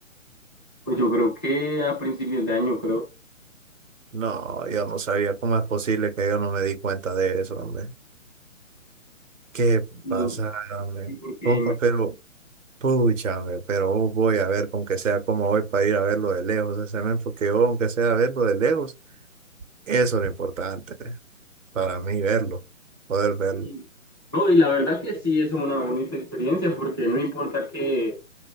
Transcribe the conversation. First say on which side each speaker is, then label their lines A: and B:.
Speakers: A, on the right (about 20°); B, on the right (about 70°).
A: Pues yo creo que a principios de año, creo.
B: No, yo no sabía cómo es posible que yo no me di cuenta de eso, hombre. ¿Qué
A: Y,
B: pasa, hombre?
A: y porque
B: Compa, pero, pucha, hombre, pero oh, voy a ver con que sea como voy para ir a verlo de lejos ese men, porque yo, aunque sea verlo de lejos, eso es lo importante para mí, verlo, poder verlo.
A: Y- No, y la verdad que sí es una bonita experiencia porque no importa que,